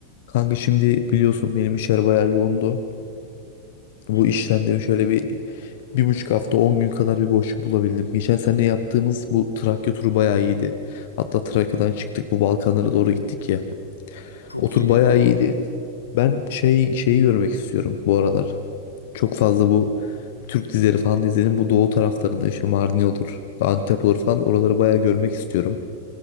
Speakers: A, on the left; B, on the left.
A: Kanka şimdi biliyorsun benim işler bayağı yoğundu. Bu
B: Hı hı.
A: işten de şöyle bir, bir buçuk hafta 10 gün kadar bir boşluk bulabildim. Geçen sene yaptığımız bu Trakya turu bayağı iyiydi. Hatta Trakya'dan çıktık bu Balkanlara doğru gittik ya.
B: Çok
A: O tur
B: iyiydi
A: bayağı
B: bu arada.
A: iyiydi. Ben şey şeyi görmek istiyorum bu aralar. Çok fazla bu Türk dizileri falan izledim. Bu doğu taraflarında işte Mardin olur, Antep olur falan oraları bayağı görmek istiyorum.